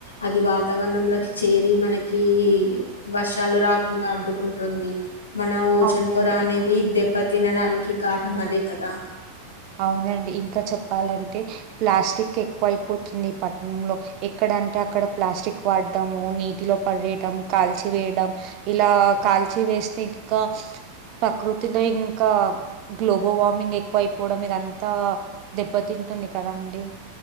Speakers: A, on the left; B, on the right.
A: అది వాతావరణంలోకి చేరి మనకి వర్షాలు రాకుండా అడ్డుకుంటుంది మన ఓజన్
B: అవునండి
A: పొర అనేది దెబ్బతి తినడానికి కారణం అదే కదా
B: అవునండి ఇంకా చెప్పాలంటే ప్లాస్టిక్ క్ ఎక్కువ అయిపోతుంది పట్టణంలో ఎక్కడంటే అక్కడ ప్లాస్టిక్ వాడడము నీటిలో పడేయడం కాల్చి వేయడం ఇలా కాల్చి వేస్తే ఇంకా ప్రకృతిలో ఇంకా గ్లోబల్ వార్మింగ్ ఎక్కువయిపో పోడం ఇదంతా దెబ్బతింటుంది కదా అండి